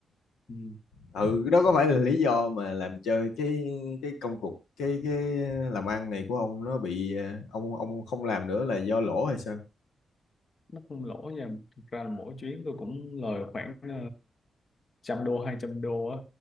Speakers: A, on the left (about 50°); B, on the left (about 80°).
A: ừ.
B: ừ đó có phải là lý do mà làm cho cái cái công cuộc cái cái làm ăn này của ông nó bị ờ, ông ông không làm nữa là do lỗ hay sao
A: nó không lỗ nha thực ra là mỗi chuyến tôi cũng lời khoảng ờ, trăm đô hai trăm đô á